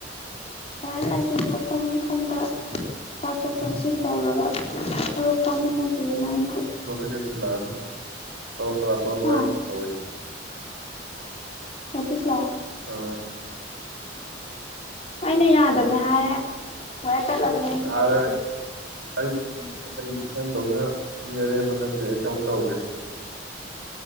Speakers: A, on the left; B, on the right.
A: ꯂꯥꯏꯔꯤꯛ ꯂꯥꯏꯁꯨꯗꯣ ꯑꯈꯪ ꯈꯪꯗ ꯇꯊꯣꯛ ꯇꯁꯤꯟ ꯇꯧꯔꯒ ꯊꯂꯞ ꯐꯥꯃꯤꯟꯅꯁꯦꯅ ꯑꯩꯁꯦ <inaudible>
B: ꯃꯊꯪꯗ ꯊꯤꯜꯂꯛꯑꯅꯨ ꯆꯣꯔꯣ ꯆꯔꯥ ꯆꯣꯔꯣ ꯆꯔꯥ
A: ꯍꯥ
B: ꯌꯝ ꯇꯧꯔꯦ
A: ꯏꯌꯔꯄꯤꯁꯂꯣ
B: ꯑ
A: ꯑꯩꯅ ꯌꯥꯗꯕꯅꯦ ꯍꯥꯏꯔꯦ ꯋꯥꯌꯔ ꯇꯠꯂꯕꯅꯦ ꯑꯩꯒꯤ
B: ꯌꯥꯔꯦ
A: ꯏꯌꯥꯔꯄꯤꯁꯁꯦ
B: ꯑꯩ ꯑꯩ ꯅꯪꯗꯧꯅ ꯃꯤ ꯑꯔꯦꯝꯕ ꯅꯠꯇꯦ ꯑꯩ ꯊꯕꯛ ꯇꯧꯒꯦ